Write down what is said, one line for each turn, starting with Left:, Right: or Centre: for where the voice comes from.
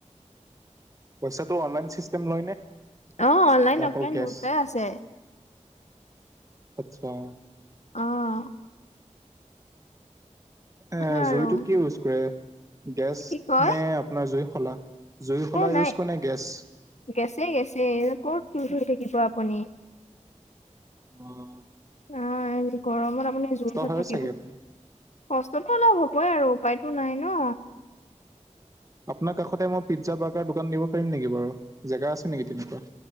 Right: পইচাটো অনলাইন ছিষ্টেম লয়নে
Left: অ', অনলাইন
Right: নে অকল
Left: অফলাইন
Right: কেচ।
Left: দুটাই আছে
Right: আৎচ্ছা।
Left: অ',
Right: এঁ
Left: সেই আৰু
Right: জইটো কি ইউজ কৰে? গেছ
Left: কি কয়
Right: নে আপোনাৰ জুই শলা, জুই শলা
Left: নাই
Right: ইউজ কৰে নে গেছ?
Left: গেছেই গেছেই, এ ক'ত জুই ধোই থাকিব আপুনি?
Right: অঁ'
Left: অঁ' এই গৰমত আপুনি জুই ওচৰত
Right: হয়
Left: থাকিব-
Right: চাগে। আপোনাৰ
Left: কষ্টতো অলপ হ'বই আৰু উপায়তো নাই ন।
Right: আপোনাৰ কাষতে মই পিজ্জা বাৰ্গাৰ দোকান দিব পাৰিম নেকি বাৰু জেগা আছে নেকি তেনেকুৱা?